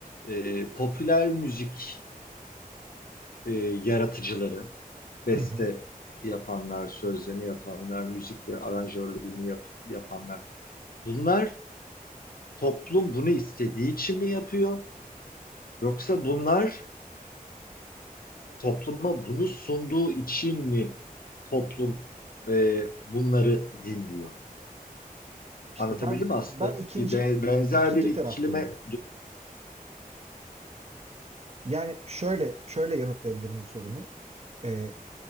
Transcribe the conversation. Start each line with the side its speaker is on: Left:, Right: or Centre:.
Left: E, popüler müzik e, yaratıcıları, beste
Right: Hı hı.
Left: yapanlar, sözlerini yapanlar, müzikle aranjörlüğünü yap- yapanlar. Bunlar toplum bunu istediği için mi yapıyor? Yoksa bunlar topluma bunu sunduğu için mi toplum e, bunları dinliyor?
Right: İşte
Left: Anlatabildim
Right: ben
Left: mi
Right: ben
Left: aslında?
Right: ikinci
Left: Bir ben- benzer
Right: ikinci
Left: bir ikilime
Right: taraftayım. Yani şöyle şöyle yanıtlayabilirim bu sorunu. Ee,